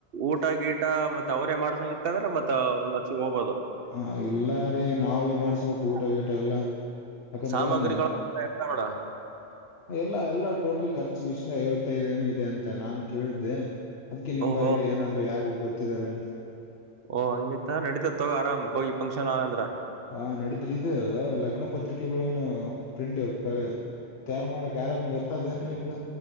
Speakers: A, on the right (about 65°); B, on the left (about 70°).
A: ಊಟ ಗೀಟ ಮತ್ತೆ ಅವರೇ ಮಾಡ್ಸಂಗಿ. ದ್ರೆ ಮತ್ತ ಒಂದು ಲಕ್ಷ ಹೋಗ್ಬೋದು.
B: ಹಾ ಇಲ್ಲ ರೀ ನಾವೇ ಮಾಡಿಸ್ಬೇಕು
A: <inaudible>
B: ಊಟ ಗೀಟ ಎಲ್ಲ ಯಾಕಂದ್ರೆ
A: ಸಾಮಗ್ರಿಗಳು
B: ಏನ್
A: ಇರ್ತ ನೋಡ.
B: ಎಲ್ಲಾ ಎಲ್ಲಾ ಟೋಟಲ್ ಖರ್ಚಿಗೆ ಇಷಿಂದ ಐವತ್ತೈದ ಏನು ಇದೆ ಅಂತ ನಾನ್ ಕೇಳಿದ್ದೆ. ಅದ್ಕ್ಕೆ ನಿಮ್ಮೈಲಿ
A: ಓಹೋ
B: ಏನಾದ್ರು ಯಾರಿಗ ಗೊತ್ತಿದ್ದಾರೆ ಅಂತ.
A: ಓ ಹಂಗಿತ್ತ ನಡಿತತ್ ತಗೋ ಆರಾಮ್ ಹೋಗಿ ಪಂಕ್ಷನ್ ಆ ಅಂದ್ರ
B: ಹ ನಡದ್ರೆ ಇದು ಲಗ್ನ ಪತ್ರಿಕೆಗಳನ್ನು ಪ್ರಿಂಟ್ ತಯಾರು ಮಾಡ್ಲಕ್ ಯಾರಾರನ್ ಗೊತ್ತಾದೇನ್ ನಿಮ್ಗ